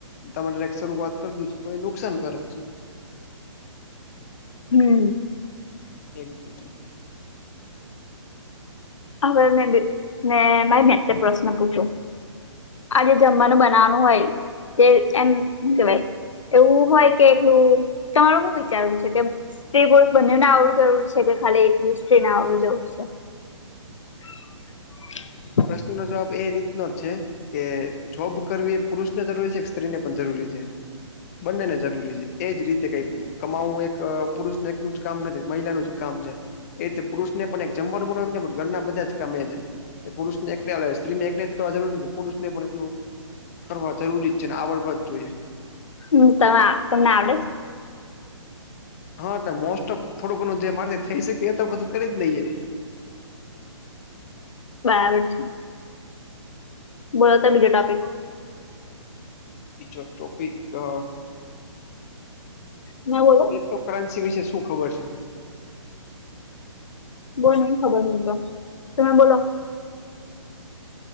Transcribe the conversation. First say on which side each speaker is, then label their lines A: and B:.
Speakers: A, on the left (about 30°); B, on the left (about 80°).
A: તમારે શરૂ વાત કરી દ છે તો એ નુકસાનકારક કરે છે.
B: હમ.
A: એ મ
B: હવે મે મે મા મેં પ્રશ્ન પૂછ્યો આજે
A: હા
B: જમવાનું બ નાનું આય તે એમ કેવાય. એવું હોય કે એટલું તમારું શું વિચારવું છે કે સ્ત્રી બોર્સ બંનેને આવું જરૂર છે કે ખાલી એક દ સ્ત્રીને આવું જરૂર છે. <inaudible>
A: પ્રશ્નનો જવાબ એ રીતનો જ છે. કે જોબ કરવી એ પુરુષ ને જરૂરી છે કે સ્ત્રીને પણ જરૂરી છે. બંને ને જરૂરી છે એજ રીતે કઈ. કમાવવું એક પુરુષ ને એકનું જ કામ નથી મહિલાનું જ કામ છે. એ તો પુરુષ ને પણ એક જમવાનું મળ ન પણ ઘરના બધા જ ગમે છે. એ પુરુષને એક સ્ત્રી ને એક જ કરવા જરૂર નથી પુરુષને પણ એટલ કરવા. જરૂરી જ છે ને આવડવા જ જોઈએ.
B: હું તવા તમને આવડે છે?
A: હા ટે મોસ્ટ ઓફ થોડું ઘણું જે મારેથી થઈ શકે એ તો બધું કરી જ લઈએ.
B: બરાબર છે. બોલોતો બીજો ટોપિક.
A: બીજો ટોપિક અ
B: નવોત
A: ક્રિપ્ટો કરન્સી વિશે શું ખબર છે?
B: બહુ નહી ખબર મને તો તમે બોલો